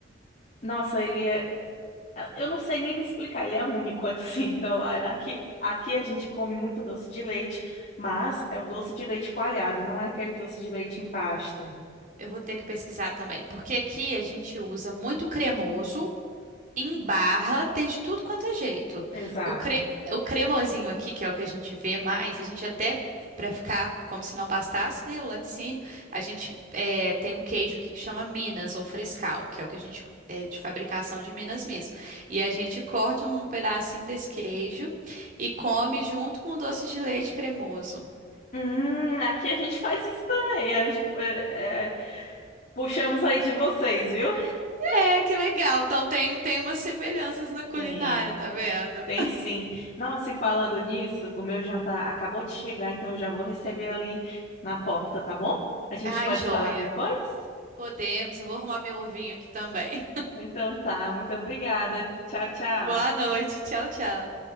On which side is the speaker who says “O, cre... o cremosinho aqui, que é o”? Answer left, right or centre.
Right